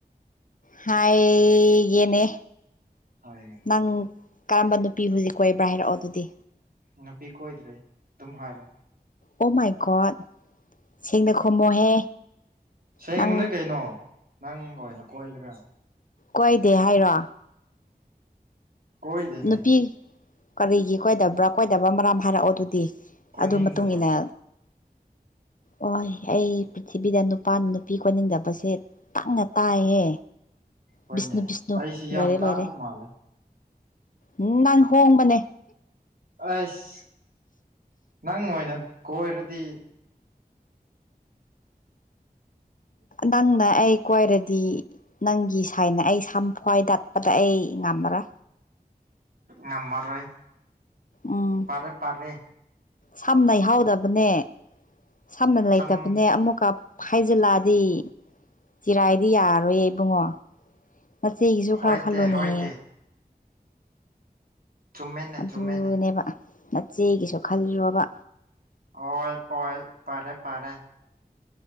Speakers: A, on the left (about 55°); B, on the right (about 65°).
A: ꯍꯥꯏ ꯌꯦꯅꯦ
B: ꯍꯣꯏꯅꯦ
A: ꯅꯪ ꯀꯔꯝꯕ ꯅꯨꯄꯤ ꯍꯨꯖꯤꯛ ꯀꯣꯏꯕ꯭ꯔꯥ ꯍꯥꯏꯔꯛꯑꯣ ꯑꯗꯨꯗꯤ
B: ꯅꯨꯄꯤ ꯀꯣꯏꯗ꯭ꯔꯦ ꯗꯨꯝ ꯍꯥꯏꯔꯣ
A: ꯑꯣ ꯃꯥꯏꯒꯣꯠ ꯁꯦꯡꯅ ꯈꯨꯝꯃꯣꯍꯦ
B: ꯁꯦꯡꯕ
A: ꯅꯪ
B: ꯅꯣꯏ ꯀꯩꯅꯣ ꯅꯪ ꯑꯣꯏꯅ ꯀꯣꯏꯒꯦꯔꯥ
A: ꯀꯣꯏꯏꯗꯦ ꯍꯥꯏꯔꯣ
B: ꯀꯣꯏꯗꯦꯅꯦ
A: ꯅꯨꯄꯤ ꯀꯔꯤꯒꯤ ꯀꯣꯏꯗꯕ꯭ꯔꯥ ꯀꯣꯏꯗꯕ꯭ꯔꯥ ꯃꯔꯝ ꯍꯥꯏꯔꯛꯑꯣ ꯑꯗꯨꯗꯤ
B: ꯀꯣꯏꯅꯤꯡꯗꯕ
A: ꯑꯗꯨ ꯃꯇꯨꯡ ꯏꯟꯅ ꯍ ꯑꯩ ꯄ꯭ꯔꯤꯊꯤꯕꯤꯗ ꯅꯨꯄꯥ ꯅꯨꯄꯤ ꯀꯣꯏꯅꯤꯡꯗꯕꯁꯦ ꯇꯪꯅ ꯇꯥꯏꯍꯦ
B: ꯍꯣꯏꯅꯦ
A: ꯕꯤꯁꯅꯨ ꯕꯤꯁꯅꯨ
B: ꯑꯩꯁꯤ ꯌꯥꯝ
A: ꯂꯣꯏꯔꯦ
B: ꯇꯥꯡꯕ
A: ꯂꯣꯏꯔꯦ
B: ꯃꯥꯜꯂꯦ
A: ꯎ ꯅꯪ ꯍꯣꯡꯕꯅꯦ
B: ꯑꯁ ꯅꯪ ꯑꯣꯏꯅ ꯀꯣꯏꯔꯗꯤ
A: ꯅꯪꯅ ꯑꯩ ꯀ꯭ꯋꯥꯏꯔꯗꯤ ꯅꯪꯒꯤ ꯁꯥꯏꯅ ꯑꯩ ꯁꯝꯐ꯭ꯋꯥꯏ ꯗꯠꯄꯗ ꯑꯩ ꯉꯝꯃꯔꯥ
B: ꯉꯝꯃꯔꯣꯏ
A: ꯎꯝ
B: ꯄꯔꯦ ꯄꯔꯦ
A: ꯁꯝꯅ ꯏꯍꯥꯎꯗꯕꯅꯦ ꯁꯝꯅ ꯂꯩꯇꯕꯅꯦ
B: ꯆꯝ
A: ꯑꯃꯨꯛꯀ ꯐꯥꯏꯖꯤꯜꯂꯥꯗꯤ ꯆꯤꯔꯥꯏꯗꯤ ꯌꯥꯔꯣꯏꯌꯦ ꯏꯕꯨꯡꯉꯣ ꯅꯆꯦꯒꯤꯁꯨ
B: ꯍꯣꯏꯇꯦ
A: ꯈꯔ ꯈꯜꯂꯣꯅꯦꯍꯦ
B: ꯍꯣꯏꯇꯦ ꯆꯨꯝꯃꯦꯅꯦ
A: ꯑꯗꯨꯅꯦꯕ
B: ꯆꯨꯝꯃꯦꯅꯦ
A: ꯅꯆꯦꯒꯤꯁꯨ ꯈꯜꯂꯣꯕ
B: ꯍꯣꯏ ꯄꯣꯏ ꯄꯔꯦ ꯄꯔꯦ